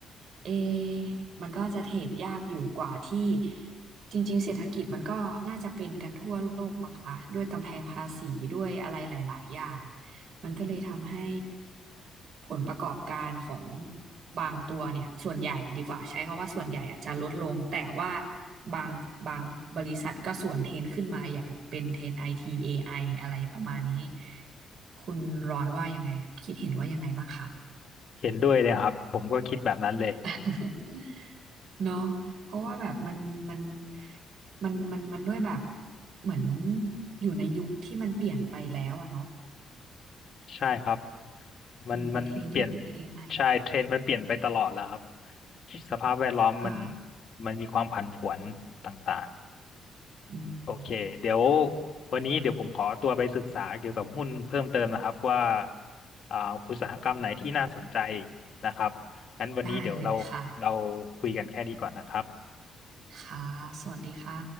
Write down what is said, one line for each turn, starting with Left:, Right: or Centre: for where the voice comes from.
Right: เอะมันก็จะเทรดยากอยู่กว่าที่จริงๆเศรษฐกิจมันก็น่าจะเป็นกันทั่วโลกมั้งคะด้วยกำแพงภาษีด้วยอะไรหลายๆอย่าง มันก็เลยทำให้ผลประกอบการของบางตัวเนี่ยส่วนใหญ่ดีกว่าใช้คำว่าส่วนใหญ่อาจจะลดลงแต่ว่าบางบางบริษัทก็สวนเทรนขึ้นมาอย่างเป็นเทรนไอทีเอไออะไรประมาณนี้คุณร้อนว่ายังไงคิดเห็นว่ายังไงบ้างคะ
Left: เห็นด้วยเลยครับผมก็คิดแบบนั้นเลย
Right: <laughs> เนาะเพราะว่าแบบมันมันมันมันมันด้วยแบบเหมือนอยู่ในยุคที่มันเปลี่ยนไปแล้วอะเนาะ
Left: ใช่ครับมันมันเปลี่ยน
Right: อยู่ในเทรนที่เป็นเอไอ
Left: ใช่เทรนด์มันเปลี่ยนไปตลอดแล้วครับสภาพแวดล้อมมัน
Right: ค่ะ
Left: มันมีความผันผวนต่าง
Right: อืม
Left: ๆโอเคเดี๋ยววันนี้เดี๋ยวผมขอตัวไปศึกษาเกี่ยวกับหุ้นเพิ่มเติมนะครับว่าอ่าอุตสาหกรรมไหนที่น่าสนใจนะครับงั้นวันนี้เดี๋ยวเราเรา
Right: ได้เลยค่ะ
Left: คุยกันแค่นี้ก่อนนะครับ
Right: ค่ะ สวัสดีค่ะ